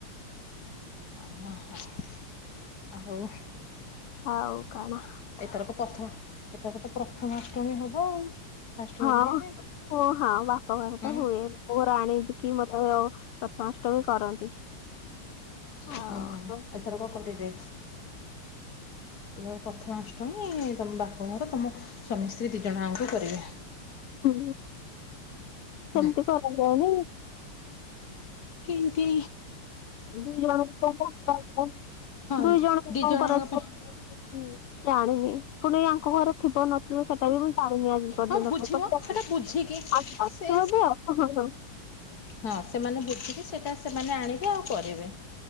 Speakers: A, on the left; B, on the left.
A: ଆଉ ହୋ ଉ।
B: ଆଉ କଣ।
A: ଏଥରକ ପ୍ରଥମା ଏଥରକ ତ ପ୍ରଥମାଷ୍ଟମୀ ହବ ଆଉ। ଫାଷ୍ଟ
B: ହଁ
A: କରିବେ ଯେ
B: ଓ ହଁ ବାପଘରେ
A: ହଁ
B: ତ ହୁଏ। ପୁଅର ଆଣିକି ମତେ ପ୍ରଥମାଷ୍ଟମୀ କରନ୍ତି।
A: ହୁଁ
B: ଆଉ
A: ହୁଁ ଏଥର କ କରିବେ। ଯୋଉ ପ୍ରଥମାଷ୍ଟମୀ ତମ ବାପ ଘର ତୁମ ସ୍ୱାମୀ ସ୍ତ୍ରୀ ଦିଇଜଣ ଆଙ୍କୁ କରିବେ।
B: ହୁଁ ସେମିତି
A: ହୁଁ
B: କରାଯାଏନି।
A: କିନ୍ତି।
B: ଦୁଇଜଣ <unintelligible>
A: ହଁ
B: ଦୁଇ ଜଣଙ୍କୁ
A: ଦି ଜଣଙ୍କ
B: କଣ କରା
A: ପାଇଁ
B: ହଁ ଜାଣିନି ପୁଣି ଏ ଆଙ୍କ ଘରେ ଥିବ ନଥିବ ସେଟା ବି ମୁଁ ଜାଣିନି ଆଜି। ପର୍ଯ୍ୟନ୍ତ
A: ହଁ ବୁଝିବ ସେଟା ବୁଝିକି
B: ଆ
A: ସେ
B: <unintelligible>
A: ହଁ ସେମାନେ ବୁଝିକି ସେଇଟା ସେମାନେ ଆଣିବେ ଆଉ କରିବେ।